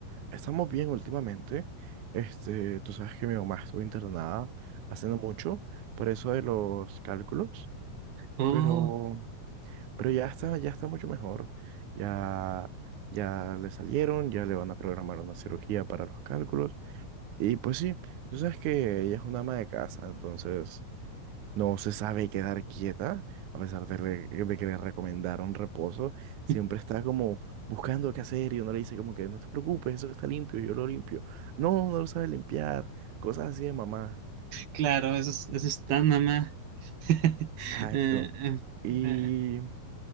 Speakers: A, on the right; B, on the right.
A: Estamos bien últimamente. Este, tú sabes que mi mamá estuvo internada hace no mucho, por eso de los cálculos.
B: Oh,
A: Pero Pero ya está, ya está mucho mejor. Ya, ya le salieron, ya le van a programar una cirugía para los cálculos. Y pues sí, tú sabes que ella es una ama de casa, entonces no se sabe quedar quieta, a pesar de, le- de que le recomendaron reposo. Siempre
B: <laughs>
A: está como buscando qué hacer y uno le dice como que no te preocupes, eso está limpio, yo lo limpio. No, no lo sabe limpiar, cosas así de mamá.
B: claro, eso es, eso está, mamá. <laughs>
A: Exacto.
B: Eh, eh,
A: Y,
B: eh,